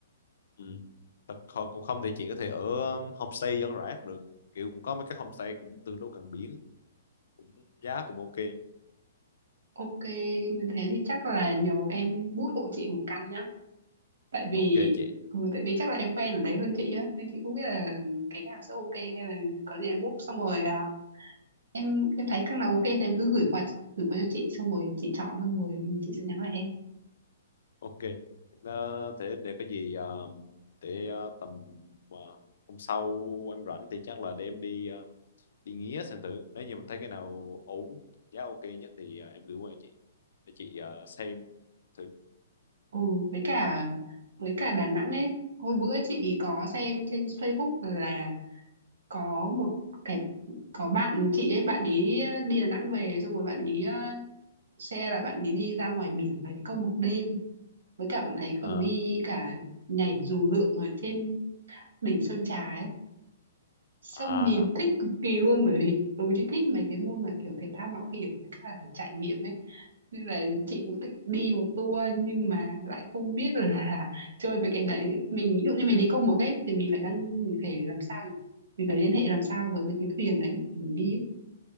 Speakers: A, on the left (about 75°); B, on the right (about 80°).
A: ừ. Thật- còn cũng không thì chị có thể ở um, homestay dân rã cũng được kiểu cũng có mấy cái homestay cũng tương đối gần biển cũng giá cũng ok
B: ok nên thế thì chắc là nhờ em bút hộ chị một căn nhá tại vì
A: ok chị
B: ừ, tại vì chắc là em quen ở đấy hơn chị á nên chị không biết là cái nào sẽ ok nên là có gì em book xong rồi à, em em thấy các nào ok thì em cứ gửi qua gửi qua cho chị xong rồi chị chọn xong rồi chị sẽ nhắn lại em
A: ok Ờ, thế để có gì ờ, để ờ, tầm ờ, hôm sau em rảnh thì chắc là để em đi ờ, đi nghía xem thử nếu như mà thấy cái nào ổn giá ok nhất thì ờ, em gửi qua cho chị để chị ờ, xem thử
B: ừ với cả với cả Đà Nẵng ấy hồi bữa chị có xem trên Facebook là có một cái có bạn chị ấy bạn ấy ờ, đi Đà Nẵng về xong rồi bạn ấy ờ, xe là bạn ấy đi ra ngoài biển và câu mực đêm với cả bạn ấy
A: Ờ,
B: còn đi cả nhảy dù lượn ở trên đỉnh Sơn Trà ấy Xong
A: à
B: nhìn thích cực kỳ luôn bởi vì ừ chị thích mấy cái môn mà kiểu thể thao mạo hiểm với cả trải nghiệm ấy nên là chị cũng định đi một tour nhưng mà lại không biết là <laughs> chơi mấy cái đấy mình ví dụ như mình đi câu mực ấy thì mình phải đăng mình phải làm sao nhỉ mình phải liên hệ làm sao với mấy cái thuyền đấy thì mình đi ấy.